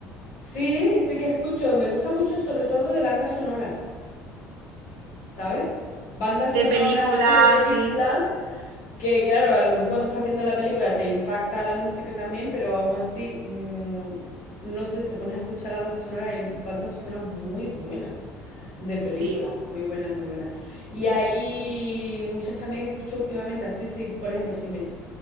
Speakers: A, on the left; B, on the right.
A: Sí, sí que escucho. Me gusta mucho sobre todo de bandas sonoras, ¿sabes? Bandas
B: De
A: sonoras
B: películas,
A: así de películas.
B: sí.
A: Que claro, a lo mejor cuando estás viendo la película te impacta la música también, pero aún así mm, no te, te pones a escuchar la banda sonora. Hay bandas sonoras muy buenas de películas,
B: Sí,
A: muy buenas, muy buenas. Y
B: tiene
A: hay
B: que haber.
A: muchas también escucho últimamente, así sí, por ejemplo, si me